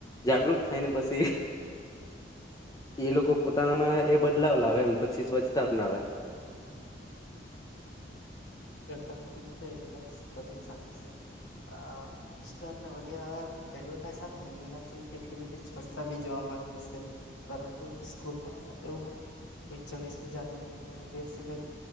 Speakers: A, on the left; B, on the left.
A: જાગૃત થાયને પછી એ લોકો પોતાનામાં એ બદલાવ લાવે એમ પછી સ્વચ્છતા અપનાવે.
B: એકમ તદ્દન સાચું છે, આ પોસ્ટર વગેરે એડવર્ટાઈઝ આપ ને, એનાથી કેટલી બધી સ્વચ્છતા બી જોવા મળે છે, પરંતુ સ્કૂલમાં એવું હોયક છવીસમી જાન્યુઆરીને દિવસે કઈક,